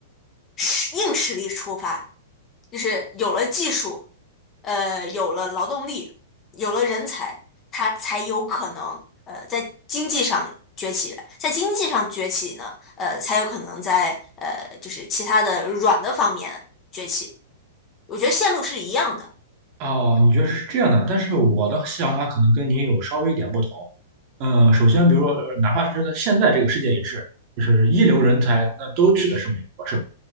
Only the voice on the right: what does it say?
哦，你觉得是这样的，但是我的想法可能跟您有稍微一点不同。嗯，首先，比如说，呃哪怕是在现在这个世界也是，就是一流人才，那都去的是美国，是吧？